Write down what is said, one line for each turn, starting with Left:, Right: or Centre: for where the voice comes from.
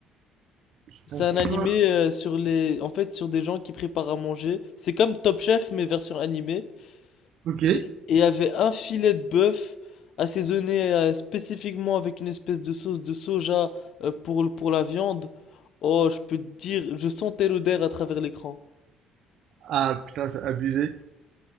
Right: Je
Left: C'est
Right: pense
Left: un animé
Right: pas.
Left: euh, sur les, en fait, sur des gens qui préparent à manger. C'est comme Top Chef mais version animée.
Right: Ok.
Left: Et et il y avait un filet de bœuf assaisonné euh, spécifiquement avec une espèce de sauce de soja euh, pour le- pour la viande. Oh, je peux te dire, je sentais l'odeur à travers l'écran.
Right: Ah putain, c'est abusé.